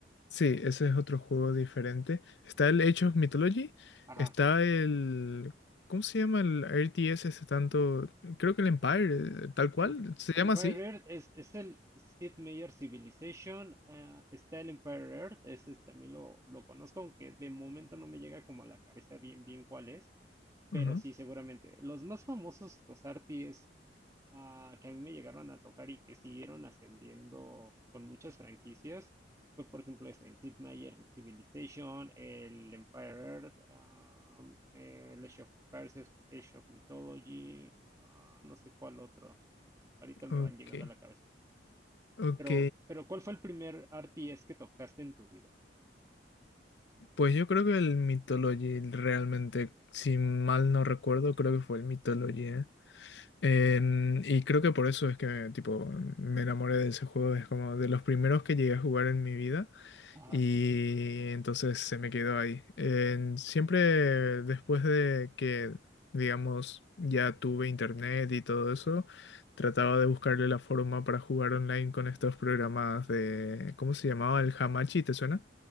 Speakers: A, on the left (about 70°); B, on the right (about 20°).
A: sí, ese es otro juego diferente. Está el Age of Mythology,
B: ajá.
A: está el... ¿Cómo se llama el RTS ese tanto? Creo que el Empire, eh, tal cual,
B: Em-
A: se llama
B: Empire
A: así.
B: Earth es, es el Sid Meier Civilization. ah, está el Empire Earth, ese también lo, lo conozco, aunque de momento no me llega como a la cabeza bien, bien cuál es, pero
A: Ujú,
B: sí, seguramente. Los más famosos, los arties ah, que a mí me llegaron a tocar y que siguieron ascendiendo con muchas franquicias, fue por ejemplo ese, el Sid Meier Civilization, el Empire Earth, ah, el Age of Empires, Age of Mythology, ah, no sé cuál otro ahorita me
A: Ok,
B: van llegando a la cabeza.
A: ok.
B: Pero, pero ¿cuál fue el primer RTS que tocaste en tu vida?
A: Pues yo creo que el Mythology realmente, si mal no recuerdo, creo que fue el Mythology, ¿eh? Em, y creo que por eso es que tipo me enamoré de ese juego. Es como de los primeros que llegué a jugar en mi vida.
B: Ajá.
A: Y entonces se me quedó ahí. En- siempre después de que, digamos, ya tuve internet y todo eso, trataba de buscarle la forma para jugar online con estos programas de, ¿cómo se llamaba? El Hamachi, ¿te suena?